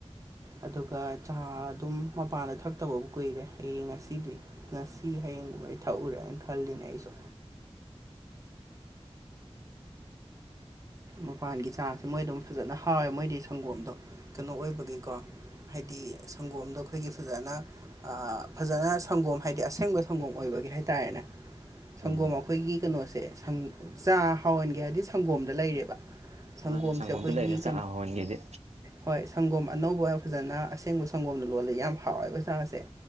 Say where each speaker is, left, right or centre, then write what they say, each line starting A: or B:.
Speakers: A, on the right (about 30°); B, on the right (about 80°).
A: ꯑꯗꯨꯒ ꯆꯥ ꯑꯗꯨꯝ ꯃꯄꯥꯟꯗ ꯊꯛꯇꯕꯕꯨ ꯀꯨꯏꯔꯦ ꯍꯌꯦꯡ ꯉꯁꯤꯗꯤ ꯉꯁꯤ ꯍꯌꯦꯡꯒꯨꯝꯕꯗꯤ ꯊꯛꯎꯔꯦ ꯍꯥꯏꯅ ꯈꯜꯂꯤꯅꯦ ꯑꯩꯁꯨ ꯃꯄꯥꯟꯒꯤ ꯆꯥꯁꯦ ꯃꯣꯏꯗꯝ ꯐꯖꯅ ꯍꯥꯎꯋꯦ ꯃꯣꯏꯗꯤ ꯁꯪꯒꯣꯝꯗꯣ ꯀꯩꯅꯣ ꯑꯣꯏꯕꯒꯤꯀꯣ ꯍꯥꯏꯗꯤ ꯁꯪꯒꯣꯝꯗꯣ ꯑꯩꯈꯣꯏꯒꯤ ꯐꯖꯅ ꯐꯖꯅ ꯁꯪꯒꯣꯝ ꯍꯥꯏꯗꯤ ꯑꯁꯦꯡꯕ ꯁꯪꯒꯣꯝ ꯑꯣꯏꯕꯒꯤ ꯍꯥꯏꯇꯥꯔꯦꯅꯦ ꯁꯪꯒꯣꯝ
B: ꯎꯝ
A: ꯑꯩꯈꯣꯏꯒꯤ ꯀꯩꯅꯣꯁꯦ ꯆꯥ ꯍꯥꯎꯍꯟꯒꯦ ꯍꯥꯏꯕꯗꯤ ꯁꯪꯒꯣꯝꯗ ꯂꯩꯔꯦꯕ ꯁꯪꯒꯣꯝꯁꯦ
B: ꯃꯥꯅ ꯁꯪꯒꯣꯝꯗ
A: ꯑꯩꯈꯣꯏꯒꯤ
B: ꯂꯩꯔ ꯆꯥꯛ ꯍꯟꯒꯦꯗꯤ
A: ꯍꯣꯏ ꯁꯪꯒꯣꯝ ꯑꯅꯧꯕ ꯐꯖꯅ ꯑꯁꯦꯡꯕ ꯁꯪꯒꯣꯝꯅ ꯂꯣꯜꯂ ꯌꯥꯝ ꯍꯥꯎꯋꯦꯕ ꯆꯥꯁꯦ